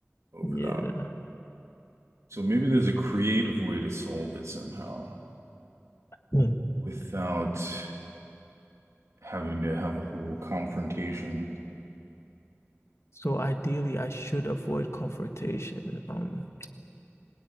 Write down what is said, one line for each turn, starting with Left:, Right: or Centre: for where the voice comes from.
Right: over
Left: yeah
Right: that. So maybe there's a creative way to solve it somehow
Left: Mm.
Right: without having to have a whole confrontation.
Left: so ideally I should avoid confrontation um